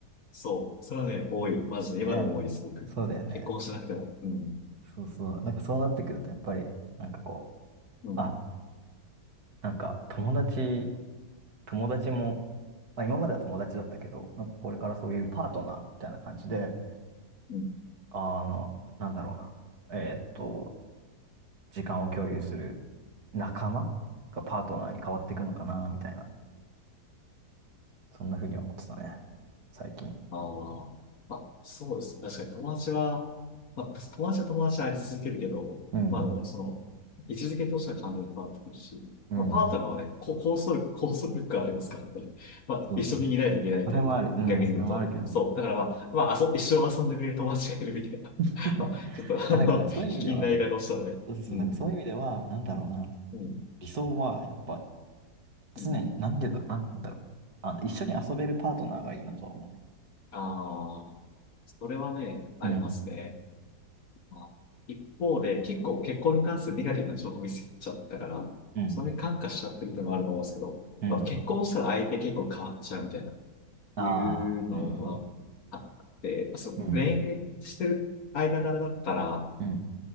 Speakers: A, on the left; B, on the right.
A: そう。それはね、多い。マジで。
B: ね。
A: 今でも多いです、僕。
B: そうだよね。
A: 結婚しなくても。うん。
B: そうそう。なんかそうなってくると、やっぱり、なんかこ
A: うん。
B: う、あ、なんか友達、友達も、まあ今までは友達だったけど、なんかこれからそういうパートナーみたいな感じで、
A: うん
B: あの、なんだろうな、えーっと、時間を共有する仲間がパートナーに変わっていくのかな、みたいな、そんな風に思ってたね、最近。
A: ああ。まあ、そうですね。確かに友達は、まあ、友達は友達であり続けるけど、
B: うん、
A: まあでも、その、位置づけとしては完全に変わってくるし、
B: うん。
A: まあ、パートナーはね、こ拘束、拘束力がありますからね。<laughs> まあ、
B: そう、
A: 一緒にいないといけないというか、
B: それもある。うん、
A: 逆に言うと。
B: それもあるけどね。
A: そう。だからまあ、まあ、遊一生遊んでくれる友達がいるみたいな。
B: <laughs>
A: <laughs> まあ、ちょっと、あの、
B: あ、だからそういう意味では、
A: 卑近な言い方をしたらね。
B: そうそうそう、
A: うん。
B: だからそういう意味では、なんだろうな、
A: うん。
B: 理想はやっぱ常に、
A: うん。
B: なんでだ、なんだろう。あの、一緒に遊べるパートナーがいいなとは思うね。
A: ああ。それはね、ありますね。
B: うん、
A: まあ、一方で、結構結婚に関するネガティブな情報見つけちゃったから、
B: うん、
A: それに感化しちゃってるっていうのもあると思うんですけど、
B: うん。
A: まあ、結婚したら相手結構変わっちゃうみたいな、
B: ああ、
A: いうのはあって、
B: うん、
A: そう、
B: うん、
A: 恋愛してる間柄だったら、
B: うん、